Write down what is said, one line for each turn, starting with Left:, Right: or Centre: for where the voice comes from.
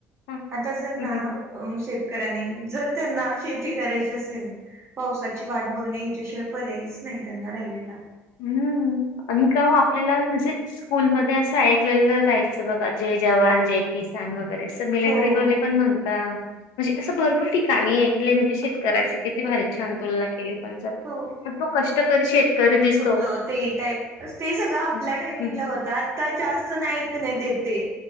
Left: हं,
Right: आता जर
Left: हं,
Right: ना
Left: हं.
Right: शेतकऱ्यांनी जर त्यांना शेती करायची असेल पावसाची वाट बघणे ह्याच्याशिवाय पर्यायच नाही त्यांना राहिलेला
Left: हम्म आणि का आपल्याला म्हणजे स्कूलमध्ये असं ऐकलेलं राहायचं बघा जे जवान जय किसान वगैरे अस मिलिटरीले
Right: हो
Left: पण म्हणत म्हणजे असं भरपूर ठिकाणी आहे क म्हणजे शेतकऱ्याची किती भारीचच्या आ तुलना केली
Right: हो
Left: तो कष्टकरी शेतकरी दिसत
Right: तेा ते सगळं आपल्या
Left: हम्म,
Right: टायमिंगला होत आता जास्त नाही ऐक नाही य ते ते